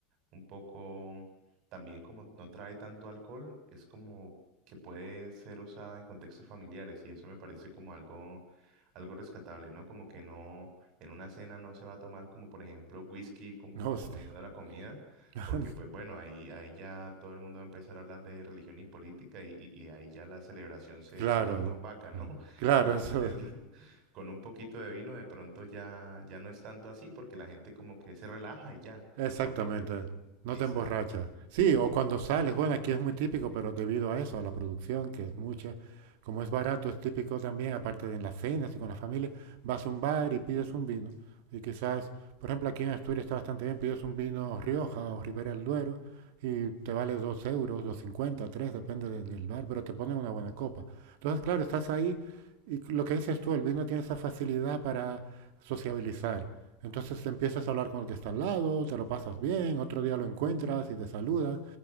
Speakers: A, on the right (about 45°); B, on the right (about 65°).
A: un poco, también como no trae tanto alcohol, es como que puede ser usada en contextos familiares y eso me parece como algo, algo rescatable, ¿no? Como que no, en una cena no se va a tomar como por ejemplo whisky com-
B: Hostia.
A: acompañado de la comida
B: <laughs>
A: porque pues bueno, ahí, ahí ya todo el mundo va a empezar a hablar de religión y política y, y- y ahí ya la celebración se,
B: Claro,
A: se torna opaca, ¿no? <laughs>
B: claro,
A: Entonces,
B: eso
A: <laughs> con un poquito de vino de pronto ya, ya no es tanto así porque la gente como que se relaja y ya,
B: Exactamente,
A: no que se...
B: no
A: Exacto.
B: te emborrachas. Sí, o cuando sales, bueno, aquí es muy típico, pero debido a eso, a la producción, que es mucha, como es barato, es típico también, aparte de en las cenas y con la familia, vas a un bar y pides un vino. Y quizás, por ejemplo, aquí en Asturias está bastante bien, pides un vino Rioja o Ribera del Duero y te vale 2 euros, dos cincuenta, tres, depende de- del bar, pero te ponen una buena copa. Entonces, claro, estás ahí y lo que dices tú, el vino tiene esa facilidad para sociabilizar. Entonces te empiezas a hablar con el que está al lado, te lo pasas bien, otro día lo encuentras y te saludas.